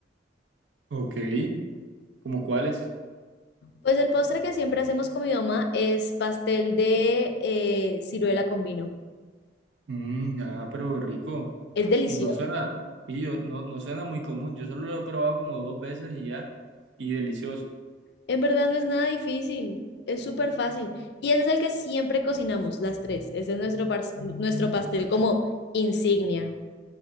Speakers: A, on the right; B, on the left.
A: Ok, ¿como cuáles?
B: Pues el postre que siempre hacemos con mi mamá es pastel de eh, ciruela con vino.
A: Mm, ah, pero rico.
B: Es delicioso.
A: Y no suena, y yo, no, no suena muy común. Yo solo lo he probado como dos veces y ya, y delicioso.
B: En verdad no es nada difícil, es súper fácil. Y ese es el que siempre cocinamos, las tres. Ese es nuestro, par- nuestro pastel como insignia.